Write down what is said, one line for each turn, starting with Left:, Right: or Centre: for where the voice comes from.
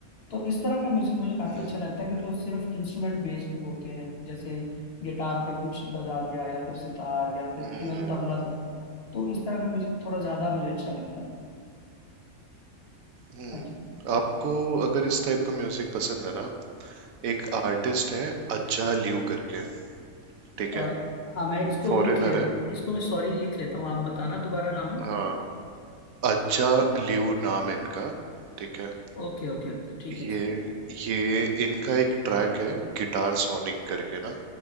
Left: तो इस तरह का म्यूजिक मुझे काफी
Right: हम्म,
Left: अच्छा लगता है कि जो सिर्फ इंस्ट्रूमेंट बेस्ड होते हैं जैसे गिटार पे कुछ बजा दिया या फिर सितार या फिर
Right: हम्म,
Left: इवन तबला तक तो इस तरह का म्यूजिक थोड़ा ज्यादा मुझे अच्छा लगता है
Right: हम्म।
Left: हाँ जी।
Right: आपको अगर इस टाइप का म्यूजिक पसंद है ना एक आर्टिस्ट है अज्जा लियू करके ठीक
Left: अ,
Right: है
Left: हाँ मैं इसको
Right: फॉरेनर
Left: लिख ले
Right: है
Left: इसको मैं सॉरी लिख लेता हूँ आप बताना दोबारा नाम
Right: हाँ अज्जा लियू नाम है इनका ठीक है
Left: ओके ओके ओके ठीक है
Right: ये ये इनका एक ट्रैक है गिटार सोनिक करके ना